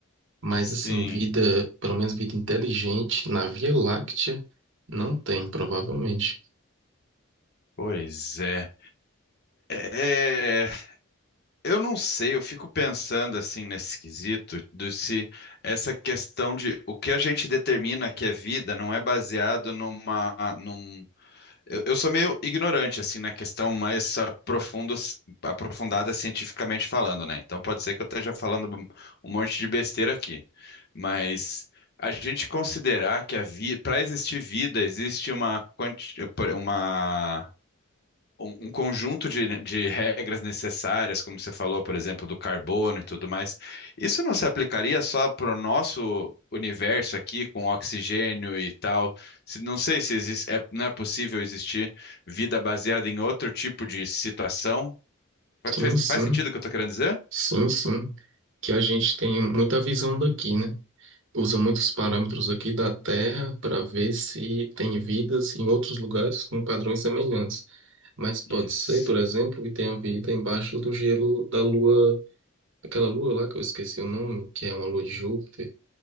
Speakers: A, on the right (about 60°); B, on the left (about 50°).
A: Mas
B: Sim,
A: assim, vida, pelo menos vida inteligente, na Via Láctea, não tem, provavelmente.
B: pois é. É, eu não sei, eu fico pensando assim nesse quesito do se essa questão de o que a gente determina que é vida não é baseado numa, num- Eu, eu sou meio ignorante, assim, na questão mais aprofundo, aprofundada cientificamente falando, né? Então pode ser que eu esteja falando um um monte de besteira aqui. Mas a gente considerar que a vida, para existir vida, existe uma, quanti, uma um, um conjunto de, de regras necessárias, como você falou, por exemplo, do carbono e tudo mais, isso não se aplicaria só para o nosso universo aqui, com oxigênio e tal? Se- não sei se existe, é- não é possível existir vida baseada em outro tipo de situação.
A: Sim,
B: Fa- Faz,
A: sim.
B: faz sentido o que eu estou querendo dizer?
A: Sim, sim, que a gente tem muita visão daqui, né? Usa muitos parâmetros aqui da Terra para ver se tem vidas em outros lugares com padrões semelhantes. Mas pode
B: Isso.
A: ser, por exemplo, que tenha vida embaixo do gelo da Lua, aquela Lua lá que eu esqueci o nome, que é uma Lua de Júpiter.